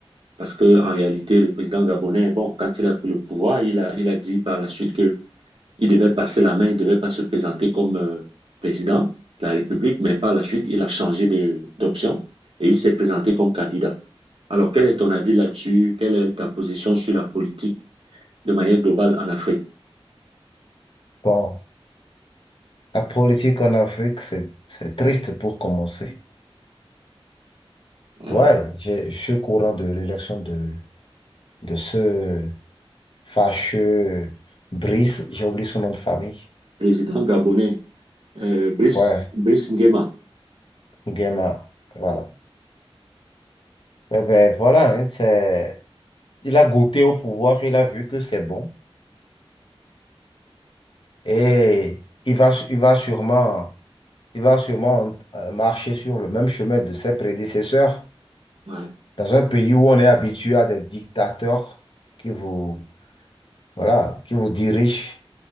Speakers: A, on the right (about 65°); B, on the left (about 55°).
A: parce que en réalité, le président gabonais, bon, quand il a pris le pouvoir, il a, il a dit par la suite il devait passer la main, il ne devait pas se présenter comme euh, président de la République, mais par la suite, il a changé de- d'option et il s'est présenté comme candidat. Alors, quel est ton avis là-dessus? Quelle est ta position sur la politique de manière globale en Afrique?
B: Bon, la politique en Afrique, c'est, c'est triste pour commencer.
A: Mm.
B: Ouais, j'ai- je suis au courant de l'élection de, de ce fâcheux Brice, j'ai oublié son nom de famille.
A: Président gabonais, euh, Brice,
B: Ouais,
A: Brice Nguema.
B: Nguema, voilà. Eh ben voilà, hein, c'est, il a goûté au pouvoir, il a vu que c'est bon et il va, il va sûrement, il va sûrement euh, marcher sur le même chemin de ses prédécesseurs
A: Ouais,
B: dans un pays où on est habitué à des dictateurs qui vous Voilà, qui vous dirige,